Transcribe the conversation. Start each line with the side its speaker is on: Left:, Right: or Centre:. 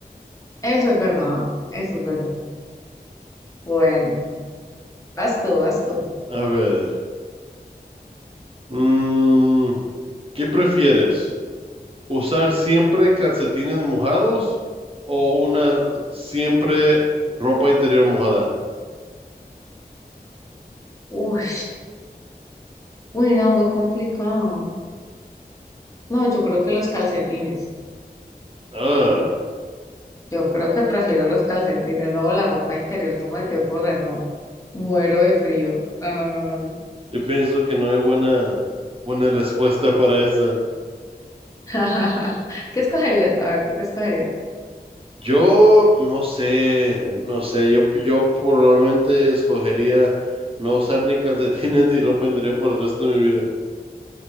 Left: Eso es verdad, eso es verdad. Bueno, vas tú, vas tú.
Right: A ver, mm, ¿qué prefieres? ¿Usar siempre calcetines mojados o una siempre ropa interior mojada?
Left: Uy, uy, no, muy complicado. No, yo creo que los calcetines.
Right: Ah,
Left: Yo creo que prefiero los calcetines, no la ropa interior. ¿Cómo te ocurre? No, muero de frío. No, no, no, no. no.
Right: yo pienso que no hay buena, buena respuesta para esa.
Left: <laughs> ¿Qué escogerías? A ver, ¿tú qué escogerías?
Right: Yo no sé, no sé, yo, yo probablemente escogería no usar ni calcetines <laughs> ni ropa interior por el resto de mi vida.